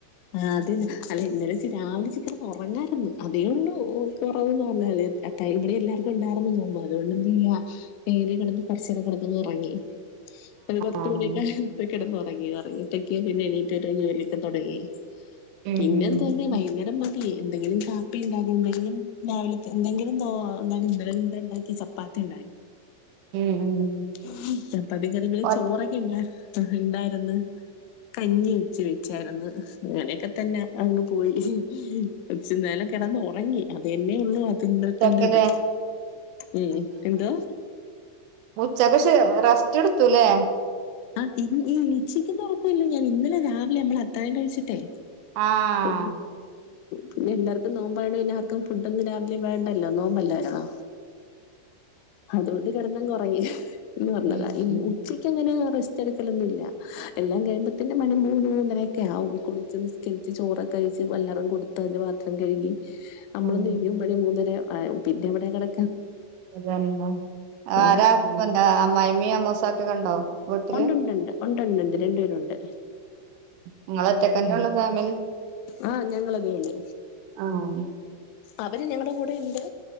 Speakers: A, on the left; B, on the right.
A: ആ അതന്നെ അല്ലെ ഇന്നല രാവിലെ ചിിക്കരം ഉറങ്ങാരുന്നു അതേൊണ്ട്ു കുറവന്ന് പറഞ്ഞല്ലേ അ ഇവിടെ എല്ലാവർക്കും ഉണ്ടാർന്ന് തോുമ്പോ അതുകൊണ്ട് എന്ത് ചെയ്യ നേരി കിടന്ന് കുറച്ച നേര കിടന്ന ഇറങ്ങി ഒരു പത്ത്
B: ആഹ്
A: മണിയൊക്ക്പ കിടന്ന്ുറങ്ങി ഉറങ്ങിട്ടക്ക പിന്നെ എണീട്ട ഒരു ജോലിയൊക്കെ തുടങ്ങി
B: ഉം
A: പിന്നെതുന്നെ
B: ഉം
A: വൈകുന്നേരം മാ എന്തെങ്കിലും പാപ്പി ഉണ്ടാകോ എന്തെങ്കിലും രാവില എന്തെങ്കിലുംോ എന്ത ഇന്നലെ ഇന്ത ഉണ്ടാക്കി ചപ്പാത്തി
B: ഉം ഉം
A: ിലെ <inaudible> ചപ്പതി കരിമ്പെ
B: ഒറ്റ
A: ചോറൊക്കെ ഇണ്ട ഉണ്ടായിന്ന് കഞ്ഞി ഉച്ച വെച്ചായിരുന്നു അങ്ങനൊക്കെ തന്നെ അങ്ങ് പോയിച്ചന്തല കിടന്ന് ഉറങ്ങി അത്തന്നെള്ളൂ തിന്നത്തേറത്
B: ഉച്ചക്കില്ലേ
A: ഉം എന്താ
B: ഉച്ചക്കക്ഷെ റസ്റ്റ് എടുത്തൂല്ലേ
A: ആ ഇ ഈ ഇഈചിക്കുന്ന ഉറപ്പല്ലോ ഞാൻ ഇന്നലെ രാവിലെ നമ്മള് അത്തഴം കഴിച്ചിട്ടെ
B: ആഹ്
A: എ പിന്നെ എല്ലാവർക്കും നോമ്പണ എല്ലാവർക്കും ഫുഡ ഒന്ന് രാവിലെ വേണ്ടല്ലോ നോമ്പല്ല ആരണോ അതുകൊണ്ട് ഘടന കുറയും എന്ന് പറഞ്ഞതാ
B: ഉം
A: ഉച്ചക്ക് അങ്ങനെ റെസ്റ്റ് എടുക്കലൊന്നുംല്ല എല്ലാം കഴിയുമ്പോൾ തന്നെ മണി മൂന്നരആകും ഒെ ആ കുളടിച്ച് നിസ്കരിച്ച് ചോറൊക്കെ കഴിച്ച് വല്ലാവരും കൊടുത്തതിന്റെ പാത്രം കഴുകി നമ്മളൊന്ന
B: ഉം.
A: ഇരിക്ക മണി മൂന്നര പിന്നെ ഇവിടെ കട
B: അതന്നെരാ
A: ആ
B: എന്താ അമ്മായി്മീ അമ്മൂസക്കൊക്കെണ്ടോ ത്തില്
A: ഉണ്ടുണ്ടുണ്ട് ഉണ്ടുണ്ടുണ്ട് രണ്ടുപേരുണ്ട്
B: നിങ്ങളത്തക്കന്നെ ഉള്ള ഫാമിലി
A: ആഹ ഞങ്ങളതേല്ലേ
B: ആഹ്
A: അവര് ഞങ്ങളടെ കൂടെ ഉണ്ട്